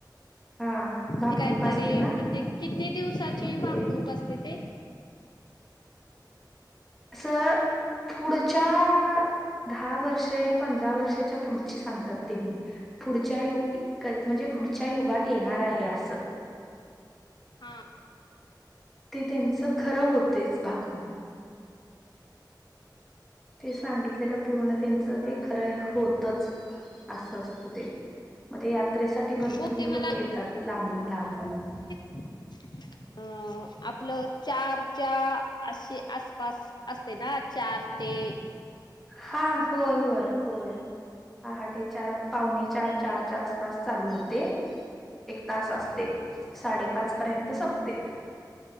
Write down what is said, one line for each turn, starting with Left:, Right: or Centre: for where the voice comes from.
Centre: हा भाकणूक
Left: ते काहीतरी,
Centre: असते ना
Left: म्हणजे किती दिवसाची
Centre: मग ते
Left: भाकणूक असते ते?
Centre: स, पुढच्या दहा वर्षे, पंधरा वर्षाच्या पुढची सांगतात त्यांनी पुढच्या यु क म्हणजे पुढच्या युगात येणार आहे असं.
Left: हा
Centre: ते त्यांचं खरं होतेच. भावनिक, ते सांगितलेलं पूर्ण त्यांन च
Left: हा
Centre: ते खरं होतंच. असं असतं ते. म ते यात्रेसाठी भरपूर
Left: हो ते मला
Centre: लोक येतात, लांबून -लांबून.
Left: अं आपलं चारच्या च्या असे आसपास असते ना चार ते
Centre: हा होय होय होय. पहाटे चार पावणे चार चार च्या आसपास चालू होते. एक तास असते साडेपाचपर्यंत संपते.